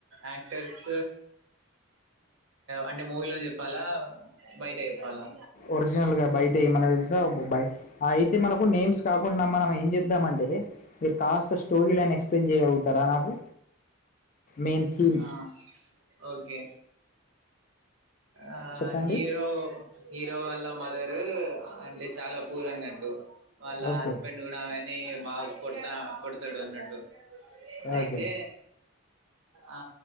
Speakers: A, on the right; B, on the left.
A: యాక్టర్స్ అంటే మూవీలో చెప్పాలా బయట చెప్పాలా
B: ఒరిజినల్ గా బయట ఏమన్నా తెలుసా బయ అయితే మనకు నేమ్స్ కాకుండా మనం ఏం చేద్దామంటే మీరు కాస్త స్టోరీలని ఎక్స్ప్లెయిన్ చేయగలుగుతారా నాకు మెయిన్ థీమ్
A: ఆ ఓకే ఆ
B: చెప్పండి
A: హీరో హీరో వాళ్లమదరు అంటే చాలా పూర్ అన్నట్టు వాళ్ళ
B: ఓకే
A: హస్బెండ్ కూడా ఆమెనే బాగా కొడతా కొడతాడు అన్నట్టు అయితే
B: ఓకే
A: ఆ